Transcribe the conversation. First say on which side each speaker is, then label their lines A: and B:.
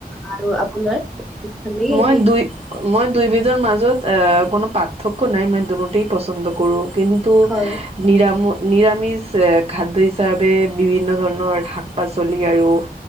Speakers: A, in the centre; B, on the right.
A: আৰু আপোনাৰ? ভালেই
B: মই
A: এনে
B: দুই- মই দুইবিধৰ মাজত এ কোনো পাৰ্থক্য নাই, মই দুইবিধেই পচন্দ কৰো। কিন- তো-
A: হয়
B: নিৰাম নিৰামিষ খাদ্য হিচাপে বিভিন্ন ধৰণৰ শাক পাচলি আৰু-